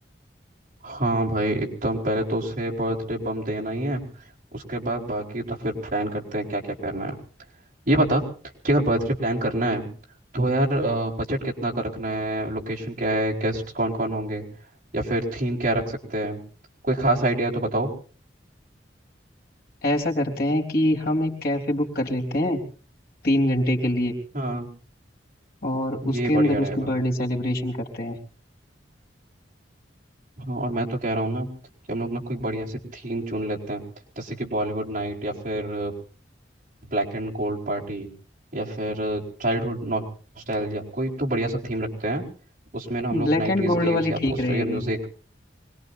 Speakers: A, on the right; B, on the left.
A: हाँ भाई एकदम पहले तो उसे बर्थडे बम देना ही है उसके बाद बाकी तो फिर प्लान करते हैं क्या क्या करना है ये बता कि अगर बर्थडे प्लान करना है तो यार बजट कितना का रखना है लोकेशन क्या है गेस्ट कौन कौन होंगे या फिर थीम क्या रख सकते हैं कोई खास आइडिया तो बताओ
B: ऐसा करते हैं कि हम एक कैफे बुक कर लेते हैं तीन घंटे के लिए
A: हाँ
B: और उसके
A: ये बढ़िया
B: अंदर उसकी
A: रहेगा
B: बर्थडे सेलिब्रेशन करते हैं
A: हाँ और मैं तो कह रहा हूँ ना कि हम लोग ना कोई बढ़िया सी थीम चुन लेते हैं जैसे कि बॉलीवुड नाइट या फिर ब्लैक एंड गोल्ड पार्टी या फिर चाइल्डहुड नॉस्टैल्जिया कोई तो बढ़िया सा थीम रखते हैं उसमें ना हम लोग
B: ब्लैक
A: नाइन्टीज
B: एंड गोल्ड
A: गेम्स
B: वाली
A: या
B: ठीक
A: पोस्टर
B: रहेगी
A: या म्यूजिक